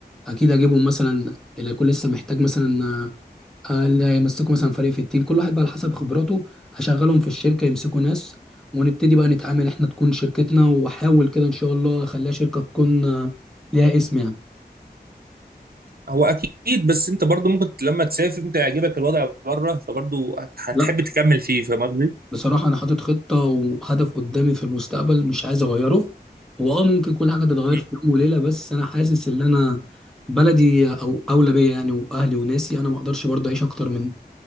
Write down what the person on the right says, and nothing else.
هو اكيد بس انت برضه ممكن لما تسافر انت يعجبك الوضع بره فبرضه هت- هتحب
تكمل فيه فاهم قصدي؟
مم.